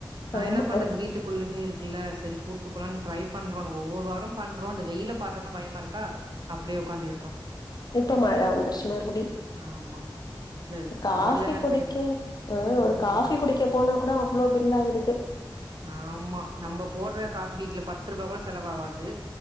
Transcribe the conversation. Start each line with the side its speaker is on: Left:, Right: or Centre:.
Right: ஆனா
Left: ஆமா.
Right: என்ன பண்றது
Left: ஒரு
Right: வீட்டு வீட்டுக்குள்ளயே இருக்குல்ல சரி கூட்டு போலான்னு ட்ரை பண்றோம் ஒவ்வொரு வாரம் பண்றோம் அந்த வெயில பாத்தோன்னா பயமா இருக்கா அப்படியே உக்காந்துட்றோம்
Left: இப்ப மழை வந்துருச்சு மறுபடி
Right: ஆமா. இல்ல
Left: காஃபி
Right: பரவாயில்லையா தான்
Left: குடிக்க
Right: இருக்கு.
Left: உ ஒரு
Right: ம்.
Left: காஃபி குடிக்க போனா கூட அவ்வளோ பில் ஆயிடுது
Right: ஆமா நம்ம போடுற காஃபி வீட்டுல பத்து ரூபாய் கூட செலவாவாது